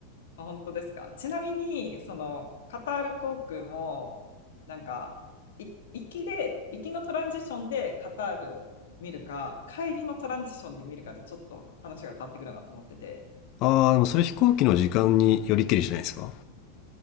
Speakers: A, on the left (about 60°); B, on the left (about 40°).
A: あ本当ですか。ちなみに、そのカタール航空も、なんか、い行きで、行きのトランジションでカタールを見るか、帰りのトランジションで見るかでちょっと話が変わってくるなと思ってて、
B: あー、でもそれ飛行機の時間によりけりじゃないですか。